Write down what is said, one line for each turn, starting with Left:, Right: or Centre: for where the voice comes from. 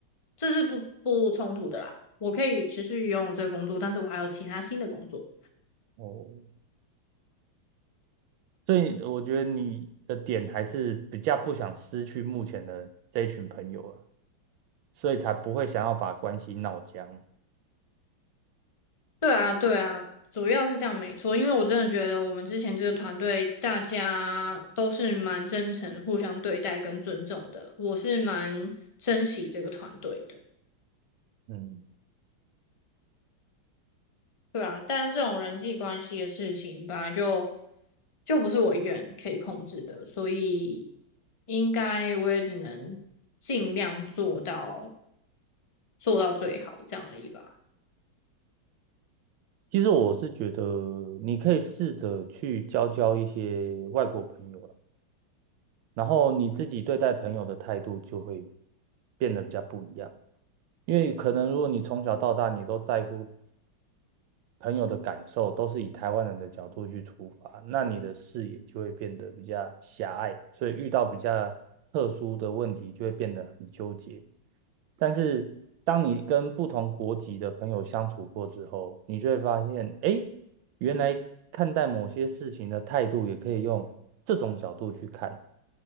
Left: 这是不不冲突的啦。我可以持续拥有这个工作，但是我还有其他新的工作。
Right: 哦，所以我觉得你的点还是比较不想失去目前的这一群朋友了，所以才不会想要把关系闹僵。
Left: 对啊，对啊，主要是这样没错，因为我真的觉得我们之前这个团队大家都是蛮真诚、互相对待跟尊重的，我是蛮珍惜这个团队的。
Right: 嗯。
Left: 对啊，但这种人际关系的事情本来就就不是我一个人可以控制的，所以应该我也只能尽量做到做到最好这样而已吧。
Right: 其实我是觉得你可以试着去交交一些外国朋友了，然后你自己对待朋友的态度就会变得比较不一样。因为可能如果你从小到大你都在乎朋友的感受，都是以台湾人的角度去出发，那你的视野就会变得比较狭隘，所以遇到比较特殊的问题就会变得很纠结。但是当你跟不同国籍的朋友相处过之后，你就会发现，诶，原来看待某些事情的态度也可以用这种角度去看，